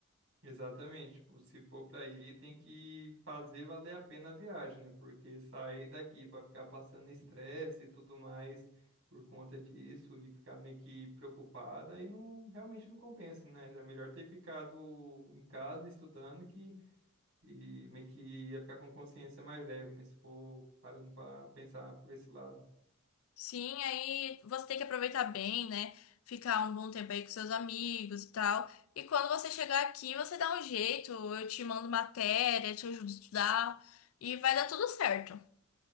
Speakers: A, on the right (about 65°); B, on the left (about 70°).
A: Exatamente, tipo, se for para ir, tem que fazer valer a pena a viagem, né? Porque sair daqui para ficar passando estresse e tudo mais por conta disso e ficar meio que preocupada, aí não realmente não compensa, né? Era melhor ter ficado em casa estudando que e meio que ia ficar com consciência mais leve, né? Se for parando para pensar por esse lado.
B: Sim, aí você tem que aproveitar bem, né? Ficar um bom tempo aí com seus amigos e tal. E quando você chegar aqui, você dá um jeito, eu te mando matéria, te ajudo a estudar e vai dar tudo certo.